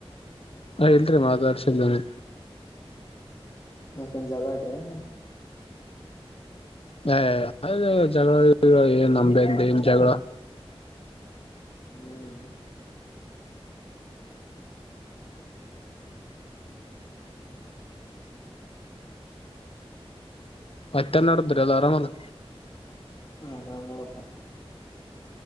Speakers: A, on the left (about 65°); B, on the left (about 30°).
A: ಹ ಇಲ್ರಿ ಮಾತಾಡ್ಸಲ್ನನೆ
B: ಯಾಕಂದ ಜಬಡ್ರಿನ್
A: ಹ ಅ ಜನ ಏನ್ ನಮ್ದ್ ಏನ್ ಜಗಳ
B: ಹ್ಮ್
A: ಮತ್ತೆನ್ನ ಅಡದರ ಎಲ್ಲ ಆರಾಮದ
B: ಆರಾಮ ನೋಡಪ್ಪ